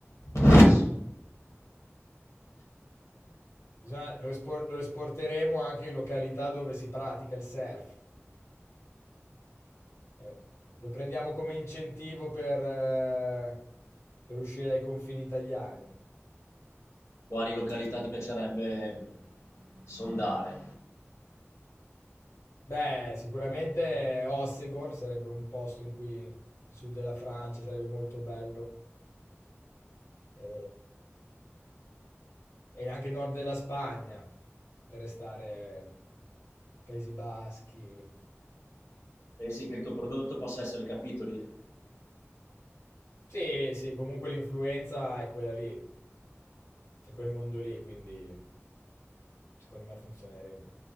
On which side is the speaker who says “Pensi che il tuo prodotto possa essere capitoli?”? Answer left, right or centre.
Left